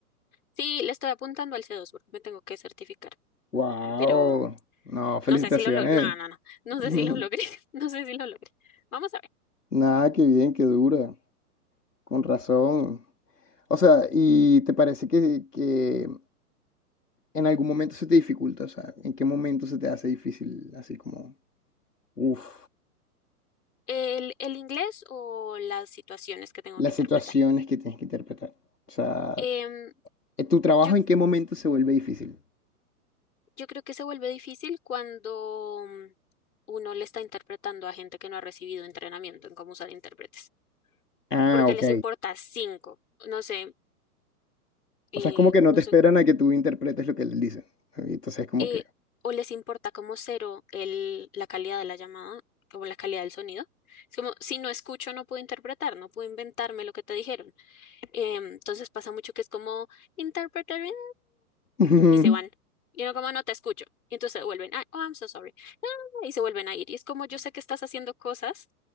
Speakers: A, on the left; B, on the left.
A: Sí, le estoy apuntando al c dos porque me tengo que certificar,
B: Wow.
A: pero
B: No, felicitaciones.
A: No sé si lo logré. No, no, no. No
B: <laughs>
A: sé si lo logré. <laughs> No sé si lo logré. Vamos a ver.
B: Nada, qué bien, qué dura. Con razón. O sea, ¿y te parece que, que en algún momento se te dificulta? O sea, ¿en qué momento se te hace difícil, así como, uff,
A: El, el inglés o las situaciones que tengo
B: las
A: que interpretar.
B: situaciones que tienes que interpretar? O sea,
A: Em,
B: ¿tu trabajo
A: yo,
B: en qué momento se vuelve difícil?
A: yo creo que se vuelve difícil cuando mm, uno le está interpretando a gente que no ha recibido entrenamiento en cómo usar intérpretes.
B: Ah,
A: Porque
B: ok.
A: les importa cinco. No sé, eh,
B: O sea, es como que no
A: no
B: te
A: sé.
B: esperan a que tú interpretes lo que les dicen. Entonces es como
A: eh,
B: que...
A: o les importa como cero el, la calidad de la llamada, como la calidad del sonido. Es como, si no escucho, no puedo interpretar, no puedo inventarme lo que te dijeron. Em, entonces pasa mucho que es como interpreter eh",
B: <laughs> Ujú,
A: y se van. Y no como no te escucho. Y entonces se vuelven, "Ah, oh, I'm so sorry. ah, Y se vuelven a ir. Y es como yo sé que estás haciendo cosas,